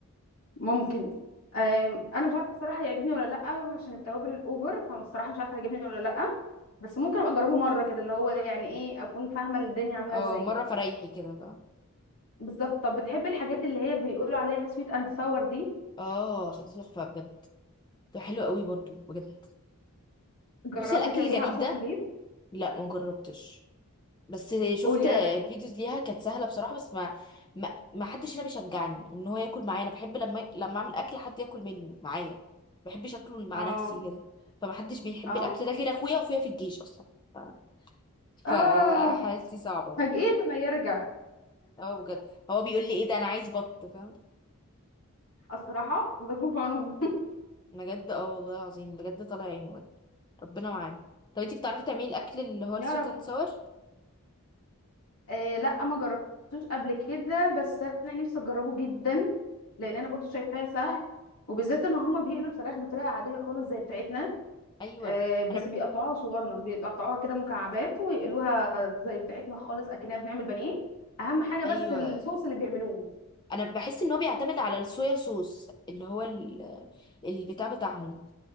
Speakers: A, on the left (about 80°); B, on the left (about 20°).
A: ممكن آم، انا مش عارفه الصراحه هيعجبني ولا لا عشان التوابل الاوفر فانا الصراحه مش عارفه هيعجبني ولا لا بس ممكن ابقى اجربه مره كده اللي هو يعني ايه اكون فاهمه الدنيا عامله
B: اه
A: ازاي
B: مره فريحي كده بقى
A: بالظبط طب بتحبي الحاجات اللي هي بيقولوا عليها سويت اند ساور دي
B: اه تحفه بجد ده حلو قوي برضو بجد
A: جربتي
B: بصي الاكل
A: تعمليها
B: الغريب
A: اصلا
B: ده
A: في البيت
B: لا ما جربتش بس شفت
A: قولي انا معاكي
B: فيديوز ليها كانت سهله بصراحه بس ما ما, ما حدش هنا بيشجعني ان هو ياكل معايا انا بحب لما لما اعمل اكل حد ياكل منه معايا ما بحبش اكله مع
A: اه
B: نفسي كده فما حدش بيحب
A: اه
B: الاكل ده غير اخويا واخويا في الجيش اصلا ف... فحالتي
A: اه
B: صعبه بقى
A: فاجئين لما يرجع
B: اه بجد هو بيقول لي ايه ده انا عايز بط فاهم
A: الصراحه الله يكون في عونهم
B: بجد اه والله العظيم بجد طالع عينه بجد ربنا معانا طب انتي بتعرفي تعملي الاكل اللي هو السويت
A: <laughs> يا رب
B: اند ساور
A: آه لا ما جربتوش قبل كده بس انا نفسي اجربه جدا لان انا برضو شايفاه سهل وبالذات ان هما بيقلوا الفراخ بطريقه عاديه خالص زي بتاعتنا
B: ايوه
A: آه بس
B: انا
A: بيقطعوها صغنن بيقطعوها كده مكعبات ويقلوها زي بتاعتنا خالص اكننا بنعمل بانيه اهم حاجه بس
B: ايوه
A: الصوص اللي بيعملوه
B: انا بحس ان هو بيعتمد على الصويا صوص اللي هو ال- البتاع بتاعهم